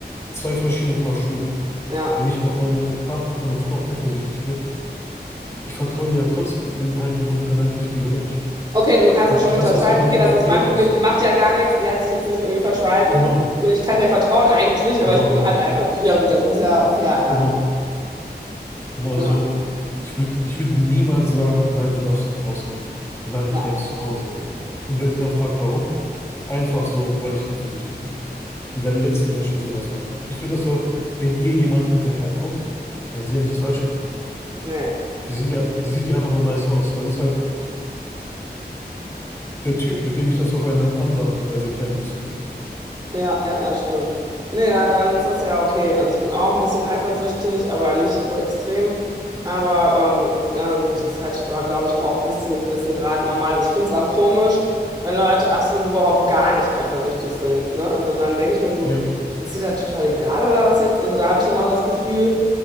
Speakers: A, on the left; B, on the right.
A: zwei verschiedene Paar Schuhe.
B: Ja.
A: Wenn ich auf meine Part, auf meine Frau eifersüchtig bin, ich vertraue ihr ja trotzdem. Ich bin halt nur ein eifersüchtiger Mensch.
B: Okay, du, du kannst
A: Und
B: das schon
A: ich
B: unterscheiden.
A: lasse das ja auch
B: Okay,
A: nicht
B: das
A: an
B: ist
A: ihr
B: mein
A: aus.
B: Problem, die macht ja gar nichts, die hat sich jetzt nicht irgendwie falsch verhalten.
A: Genau,
B: Ich kann der vertrauen eigentlich, aber
A: genau,
B: ich bin
A: genau.
B: halt eifersüchtig. Ja gut, das ist ja fair, ja.
A: Genau, genau.
B: Ja,
A: Also ich würde ich würd niemals sagen, nein, du darfst nicht rausgehen. Nein,
B: ja.
A: du bleibst zu Hause. Und wenn sie dann fragt, warum, einfach so, weil ich eifersüchtig bin. Ich bin der letzte Mensch, der sowas macht. Ich würde das auch, wenn ihr jemand hinterher guckt, dann hat sie ja nichts falsch gemacht.
B: Nee.
A: Sie sind ja, sie sieht ja einfach nur nice aus. Dann ist halt der Typ, mit dem ich das auf eine andere Art und Weise klären müsste.
B: Ja, ja, ja, stimmt. Nee, da, dann ist das ja okay. Also ich bin auch ein bisschen eifersüchtig, aber nicht so extrem. Aber ähm, also das ist halt, glaube ich, auch bis zu einem gewissen Grad normal. Also ich finde es auch komisch, wenn Leute absolut überhaupt gar nicht eifersüchtig sind. Ne? Also dann denke ich mir so,
A: Ja,
B: ist dir das total egal oder was jetzt? Also da habe ich dann auch das Gefühl,